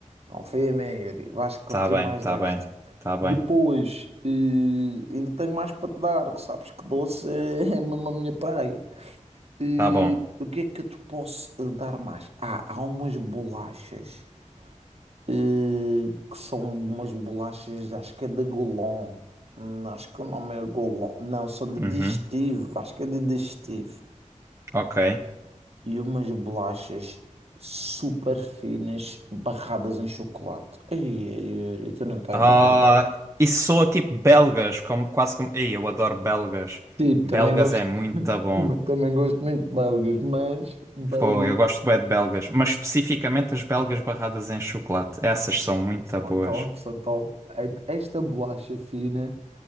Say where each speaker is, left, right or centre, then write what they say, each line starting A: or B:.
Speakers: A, on the right; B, on the right.
A: confia em mim, Yuri, vais curtir
B: Tá bem,
A: mais
B: tá
A: deste.
B: bem, tá bem,
A: Depois, eh, ainda tenho mais para te dar, que sabes que doce é <laughs> mesmo a minha praia. Eh,
B: tá bom.
A: o que é que eu te posso eh, dar mais? Ah, há umas bolachas, eh, que são umas bolachas, acho que é da Golon, Hum, acho que o nome é Golon, não, são de digestivo,
B: Uhum.
A: acho que é de digestivo
B: Ok.
A: e umas bolachas super finas barradas em chocolate. Ai, ai, Yuri, tu não estás
B: Ah,
A: bem a ver.
B: e soa tipo belgas, como, quase como. Ei, eu adoro belgas.
A: Tipo,
B: Belgas
A: também gosto,
B: é muito
A: <laughs>
B: bom.
A: também gosto muito de belgas, mas belgas
B: Pô, eu gosto bem de belgas, mas especificamente as belgas barradas em chocolate. Essas são muito
A: são
B: boas.
A: a top, são top. É- Esta bolacha fina